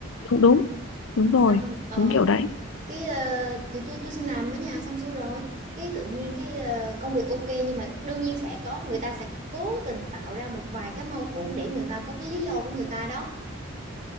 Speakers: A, on the left; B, on the right.
A: cũng đúng đúng rồi
B: xong rồi- ờ
A: đúng kiểu đấy
B: cái ờ, thì tôi tôi xin làm ở nhà xong xuôi rồi cái tự nhiên cái ờ, công việc ok nhưng mà đương nhiên sẽ có người ta sẽ cố tình tạo ra một vài cái mâu thuẫn để người ta có cái lý do của người ta đó